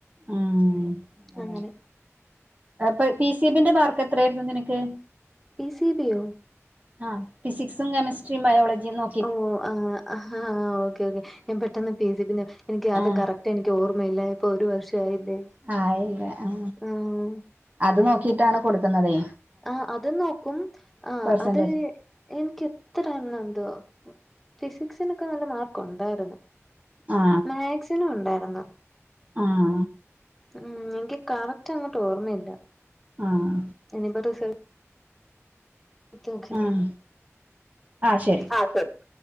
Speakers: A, on the right; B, in the centre.
A: ഉം അതെ
B: അങ്ങനെ.
A: അപ്പൊ പി സിബിന്റെ മാർക്ക് എത്ര ആയിരുന്നു നിനക്ക്?
B: പി സി ബിയോ
A: ആഹ് ഫിസിക്സും, കെമിസ്ട്രിയും, ബയോജിയും നോ
B: ഓ ആഹ് ആ ഹ്ഓക്കെ ഓക്കെ ഞാൻ പെട്ടെന്ന് പിസി പിന്നെ എനിക്ക് അത്
A: ആ
B: കറക്റ്റ് എനിക്ക് ഓർമ്മയില്ല ഇപ്പൊ ഒരു വർഷായില്ലേ?
A: ആല്ലേ ആ
B: ആഹ്
A: അത് നോക്കിട്ടാണ് കൊടുക്കുന്നതേ.
B: ആഹ് അത് നോക്കും ആഹ്
A: പെർസെന്റേജ്
B: അത് എനിക്ക് എത്രണം എന്തോ? ഫിസിക്സിനൊക്കെ നല്ല മാർക്ക് ഉണ്ടായിരുന്നു
A: ആ ആ
B: മാക്സിനു ഉണ്ടായിരുന്നു.
A: ആഹ്.
B: ഉം എനിക്ക് കറക്റ്റ് അങ്ങട്ട് ഓർമ്മയില്ല.
A: ആഹ്
B: ഇനിപ്പ റിസൾ. ത്തോക്കേ.
A: ഉം ആഹ് ശരി
B: ആഹ് സ